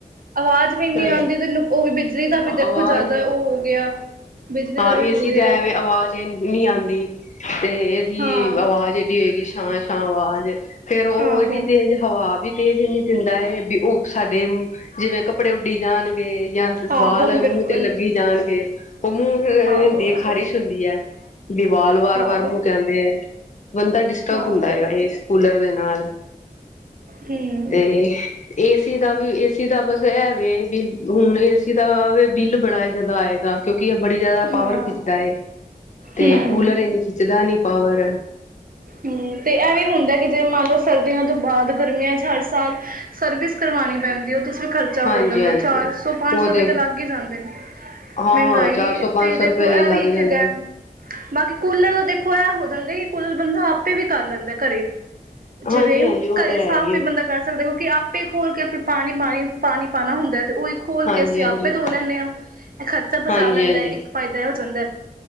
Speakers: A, on the right; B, on the left.
A: ਆਵਾਜ਼ ਇਨੀ
B: ਹਾਂ
A: ਆਉਂਦੀ ਤੈਨੂੰ ਉਹ ਵੀ ਬਿਜਲੀ ਦਾ ਵੀ ਦੇਖੋ
B: ਆਵਾਜ਼
A: ਜ਼ਿਆਦਾ ਉਹ ਹੋ ਗਿਆ ਬਿਜਲੀ
B: ਹਾਂ
A: ਵੀ
B: ਏਸੀ
A: ਹੋ ਰਿਹਾ
B: ਦਾ ਏ ਵੇ ਆਵਾਜ਼ ਇਨੀ ਨਹੀਂ ਆਉਂਦੀ ਤੇ ਇਹਦੀ
A: ਹਾਂ
B: ਆਵਾਜ਼ ਐਡੀ ਹੋਏਗੀ ਸ਼ਾਂ ਸ਼ਾਂ ਅਵਾਜ਼ ਫੇਰ ਉਹ
A: ਆਹੋ,
B: ਏਡੀ ਤੇਜ਼ ਹਵਾ ਵੀ ਤੇਜ਼ ਇਨੀ ਦਿੰਦਾ ਏ ਵੀ ਉਹ ਸਾਡੇ ਜਿਵੇਂ ਕੱਪੜੇ ਉੱਡੀ ਜਾਣਗੇ ਜਾਂ
A: ਆਹੋ
B: ਵਾਲ
A: ਬਿਲਕੁਲ।
B: ਮੂੰਹ ਤੇ ਲੱਗੀ ਜਾਣਗੇ ਉਹ ਮੂੰਹ ਫੇਰ
A: ਆਹੋ
B: ਹੁੰਦੀ
A: ਆਹੋ
B: ਖ਼ਾਰਿਸ਼ ਹੁੰਦੀ ਹੈ ਵੀ ਵਾਰ ਵਾਰ
A: ਆਹੋ
B: ਬਾਲ ਮੂੰਹ ਤੇ ਦੇ ਬੰਦਾ ਡਿਸਟਰਬ
A: ਹਾਂ
B: ਹੁੰਦਾ
A: ਬਿਲਕੁਲ
B: ਏ ਇਸ ਕੂਲਰ ਦੇ ਨਾਲ
A: ਹਮ
B: ਤੇ ਏਸੀ ਦਾ ਵੀ ਏਸੀ ਦਾ ਬਸ ਏ ਵੇ ਬ ਹੁਣ ਏਸੀ ਦਾ ਬਿੱਲ ਬੜਾ ਜਿਆਦਾ ਆਏਗਾ। ਕਿਉਂਕਿ ਇਹ ਬੜੀ ਜਿਆਦਾ ਪਾਵਰ
A: ਹਾਂ
B: ਖਿੱਚਦਾ ਏ। ਤੇ
A: ਹਮ
B: ਕੂਲਰ ਇਨੀ ਖਿੱਚਦਾ ਨੀ ਪਾਵਰ।
A: ਹੂੰ ਤੇ ਐਵੇ ਹੁੰਦਾ ਕਿ ਜੇ ਮੰਨ ਲਓ ਸਰਦੀਆਂ ਤੋਂ ਬਾਅਦ ਗਰਮੀਆਂ 'ਚ ਹਰ ਸਾਲ ਸਰਵਿਸ ਕਰਵਾਉਣੀ ਪੈਂਦੀ ਹੈ ਉਹਦੇ ਵਿੱਚ ਖਰਚ ਖਰਚਾ
B: ਹਾਂਜੀ-ਹਾਂਜੀ
A: ਹੋ ਜਾਂਦਾ ਚਾਰ ਸੌ ਪੰਜ
B: ਉਹਦੇ
A: ਸੌ ਰੁਪਏ ਤਾਂ ਲੱਗ ਹੀ ਜਾਂਦੇ ਨੇ।
B: ਹਾਂ
A: ਮਹਿੰਗਾਈ
B: ਚਾਰ ਸੌ ਪੰਜ
A: ਤੇ
B: ਸੌ
A: ਦੇਖੋ
B: ਰੁਪਏ
A: ਇਹ
B: ਲੱਗ
A: ਵੀ ਇੱਕ
B: ਜਾਣੇ
A: ਗ ਬਾਕੀ ਕੂਲਰ ਦਾ ਦੇਖੋ ਇਹ ਹੋ ਜਾਂਦਾ ਕਿ ਕੂਲਰ ਬੰਦਾ ਆਪੇ ਵੀ ਕਰ ਲੈਂਦਾ ਘਰੇ। ਜਿਵੇਂ
B: ਹਾਂਜੀ-ਹਾਂਜੀ ਉਹ
A: ਘਰੇ
B: ਤੇ ਹੈ
A: ਸਾਫ਼
B: ਹੀ ਏ
A: ਵੀ ਬੰਦਾ ਕਰ ਦੇਖੋ ਕਿਉਂਕਿ ਆਪੇ ਖੋਲ ਕੇ ਪਾਣੀ ਪਾਣੀ ਪਾਣਾ ਹੁੰਦਾ ਤੇ ਉਹ ਇੱਕ ਖੋਲ
B: ਹਾਂਜੀ-ਹਾਂਜੀ,
A: ਕੇ ਅਸੀਂ ਆਪੇ ਧੋ ਲੈਂਦੇ ਹਾਂ ਇਹ ਖਰਚਾ ਬਚਾ
B: ਹਾਂਜੀ-ਹਾਂਜੀ
A: ਲੈਂਦਾ ਹੈ ਇੱਕ ਫਾਇਦਾ ਏਹ ਹੋ ਜਾਂਦਾ ਹੈ।